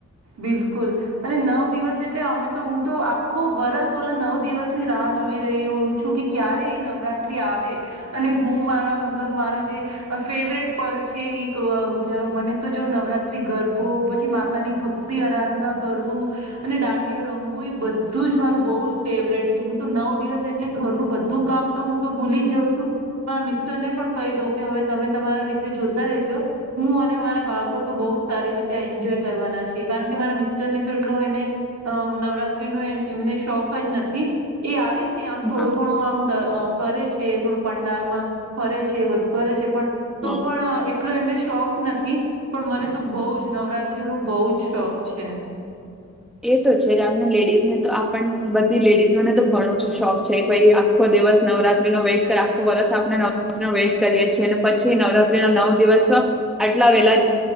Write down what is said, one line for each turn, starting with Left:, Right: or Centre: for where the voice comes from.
Right: બિલકુલ, અને નવ દિવસ એટલે અમે તો હું તો આ ખૂબ વરસ ઓલા નવ દિવસ ની રાહ જોઈ રહહી હો છું કે ક્યારે એ નવરાત્રી આવે, અને હું મારા મતલબ મારા જે ફેવરેટ પલ છે. એ ગુજારો મને તો જો નવરાત્રી ગરબો પછી માતાની ભક્તિ. ભક્તિ આરાધના કરવું, અને દાંડિયા રમવું એ બધું જ મારું બહ જ ફેવરેટ છે. હું તો નવ દિવસ એટલે ઘરનું બધું કામ તો હું તો ભૂલી જ જાઉં છું, મારા મિસ્ટર ને પણ કહી દઉ કે હવે તમે તમારા રીતે જોતા રેજો, હું અને મારા બાળકો તો બહ જ સારી રીતે એન્જોય કરવાના છે. કારણ કે મારા મિસ્ટર ને તો એટલો એને અ નવરાત્રી નો એમને શોખ જ નથી, એ આવે. છે. આમ થોડું
Centre: હા
Right: ઘણું આમ કરે છે થોડું પંડાલમાં ફરે છે બધું કરે છે. તો
Centre: હમ
Right: પણ એટલો એમને શોખ નથી, પણ મને તો બહુ જ નવરાત્રી ન બહ જ શોખ છે.
Centre: એ તો છે. આપને લેડીઝને તો આપણ બધી લેડીઝોને તો ઘણું શોખ છે. ભાઈ આખો દિવસ નવરાત્રી નો વેટ આખો વર્ષ આપણે નવરાત્રી નો વેટ કરીએ છીએ, અને પછી નવરાત્રી નવ દિવસ તો, આટલા વેલા